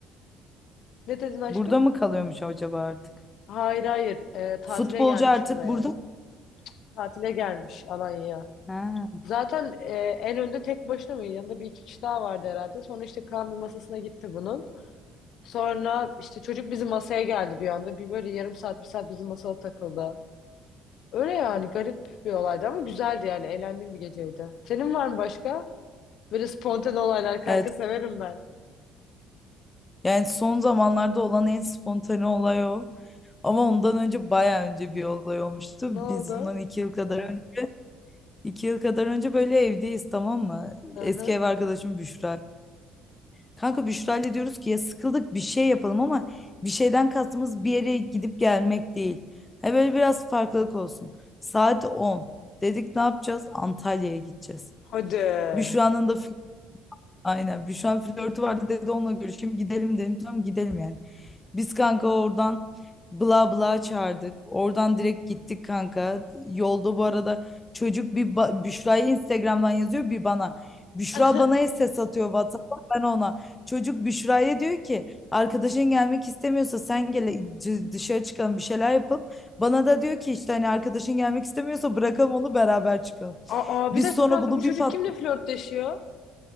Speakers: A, on the left; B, on the left.
A: Ne dedin aşkım?
B: Burada mı kalıyormuş acaba artık?
A: Hayır hayır. Ee, tatile
B: Futbolcu
A: gelmiş
B: artık
A: buraya.
B: burada mı?
A: Tatile gelmiş Alanya'ya.
B: Ha.
A: Zaten e, en önde tek başına mı? Yanında bir iki kişi daha vardı herhalde. Sonra işte Kaan bir masasına gitti bunun. Sonra işte çocuk bizim masaya geldi bir anda. Bir böyle yarım saat bir saat bizim masada takıldı. Öyle yani garip bir olaydı ama güzeldi yani. Eğlendiğim bir geceydi. Senin var mı başka? Böyle spontane olaylar kanka
B: Evet.
A: severim ben.
B: Yani son zamanlarda olan en spontane olay o. Ama ondan önce bayağı önce bir olay olmuştu.
A: Ne oldu?
B: Biz bundan iki yıl kadar iki yıl kadar önce böyle evdeyiz tamam mı?
A: Aha.
B: Eski ev arkadaşım Büşra. Kanka Büşra diyoruz ki ya sıkıldık bir şey yapalım ama bir şeyden kastımız bir yere gidip gelmek değil. Ha böyle biraz farklılık olsun. Saat 10 dedik ne yapacağız? Antalya'ya gideceğiz.
A: Hadi.
B: Büşra'nın da Aynen. Büşra flörtü vardı dedi onunla görüşeyim. Gidelim dedim. Tamam gidelim yani. Biz kanka oradan bla bla çağırdık. Oradan direkt gittik kanka. Yolda bu arada çocuk bir ba- Büşra'ya Instagram'dan yazıyor bir bana. Büşra
A: <laughs>
B: bana ses atıyor WhatsApp'tan ben ona. Çocuk Büşra'ya diyor ki arkadaşın gelmek istemiyorsa sen gel c- dışarı çıkalım bir şeyler yapalım. Bana da diyor ki işte hani arkadaşın gelmek istemiyorsa bırakalım onu beraber çıkalım.
A: Aa
B: Biz
A: bir dakika
B: sonra
A: kanka
B: bunu
A: bu çocuk
B: bir pat
A: kimle flörtleşiyor?